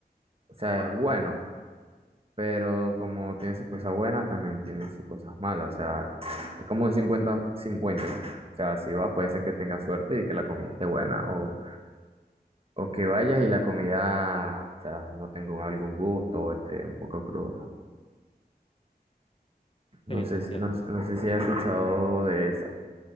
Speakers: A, on the right (about 35°); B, on the left (about 30°).
A: o sea, es bueno, pero como tiene sus cosas buenas, también tiene sus cosas malas. O sea, es como un cincuenta cincuenta O sea, si vas, puede ser que tengas suerte y que la comida esté buena, o, o que vayas y la comida, o sea, no tenga algún gusto o esté un poco cruda.
B: Sí,
A: No
B: te
A: sé,
B: entiendo.
A: si- no, no sé si has escuchado de esa.